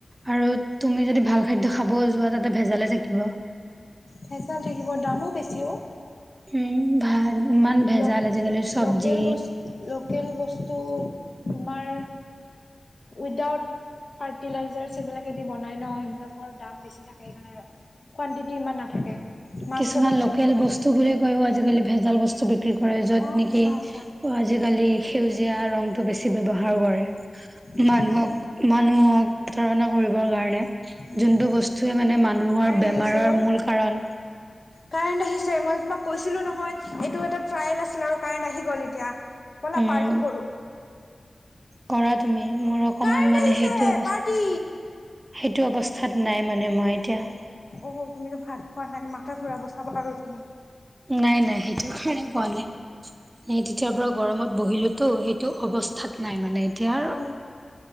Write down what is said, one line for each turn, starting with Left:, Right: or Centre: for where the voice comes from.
Right: আৰু তুমি যদি ভাল খাদ্যয় খাব যোৱা, তাতে ভেজালে থাকিব।
Left: ভেজাল থাকিব দামো বেছি অ
Right: উ, ভাত। ইমান ভেজাল
Left: ল,
Right: আজিকালি চব্জি
Left: লোকেল বস, লোকেল বস্তু। তোমাৰ উইদাউট। ফাৰ্টিলাইজাৰ সবিলাকেদি বনাই ন, সেইবিলাকৰ দাম বেছি থাকে, সেইকাৰণে কুৱণ্টিটি ইমান নাথাকে। মাছ
Right: কিছুমান
Left: প্ৰডাকচন
Right: লোকেল
Left: নহয়
Right: বস্তু বো কয়ও, আজিকালি ভেজাল বস্তু। কৰেত
Left: অ
Right: নে,
Left: সঁচা সঁচা
Right: আজালি এয়া ৰংটো বেছি ব্যৱহাৰ কৰে
Left: হয়
Right: মানুহক
Left: ন?
Right: মানুহক ধৰণৰ কৰিব কাৰণে,
Left: উম
Right: যোনটো বস্তুৱে মানে মানুহৰ
Left: কাৰেণ্ট
Right: বেমাৰৰ
Left: আহিছে অ
Right: মূল কাৰণ
Left: কাৰেণ্ট আহিছে। মই তোমাক কৈছিলো নহয়, এইটো, এটা ট্ৰাইেল আছিল আৰু কাৰেণ্ট আহি গ'ল এতিয়া। বলা
Right: উম,
Left: পাৰ্টি কৰো।
Right: কৰা তুমি মোৰ অকমান
Left: কাৰেণ্ট
Right: মানে
Left: আহিছে
Right: সেইটো অৱস্থা
Left: পাৰ্টি
Right: সেইটো অৱস্থাত নাই মানে মই এতিয়া।
Left: অ, তুমিতো ভাত খোৱা নায়ে, মাথা ঘূৰাব চাবা আৰু তুমি।
Right: নাই, নাই সেইটো কাৰণে কোৱা নাই সটো। এতিয়াৰ পৰা গৰমত বহিলোতো, সেইটো অৱস্থাত নাই, মানে এতিয়া।
Left: অ